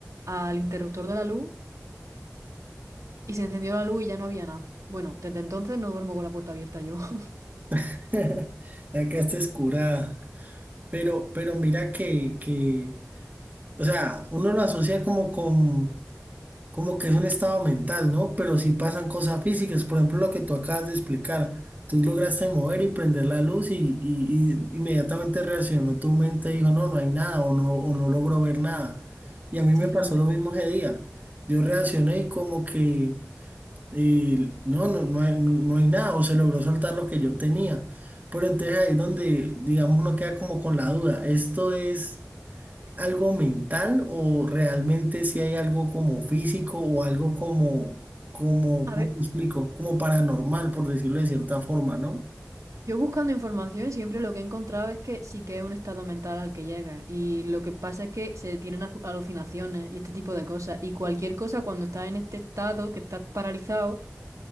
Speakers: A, on the right (about 75°); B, on the right (about 30°).
A: al interruptor de la luz y se encendió la luz y ya no había nada. Bueno, desde entonces no duermo con la puerta abierta yo. <laughs>
B: <laughs> Ya quedaste escurada, pero, pero mira que, que, o sea, uno lo asocia como con... como que es un estado mental, ¿no? Pero sí pasan cosas físicas, por ejemplo, lo que tú acabas de explicar. Tú lograste mover y prender la luz y, y- y inmediatamente reaccionó tu mente y dijo, no, no hay nada o no, o no logro ver nada. Y a mí
A: Sí.
B: me pasó lo mismo ese día. Yo reaccioné y como que eh, no, no, no hay, no hay nada o se logró soltar lo que yo tenía. Pero entonces ahí es donde, digamos, uno queda como con la duda. Esto es algo mental o realmente si hay algo como físico o algo como, como,
A: A
B: ¿cómo
A: ver.
B: te explico? Como paranormal, por decirlo de cierta forma, ¿no?
A: Yo buscando información siempre lo que he encontrado es que sí que es un estado mental al que llega y lo que pasa es que se tienen azu- alucinaciones y este tipo de cosas y cualquier cosa cuando estás en este estado que estás paralizado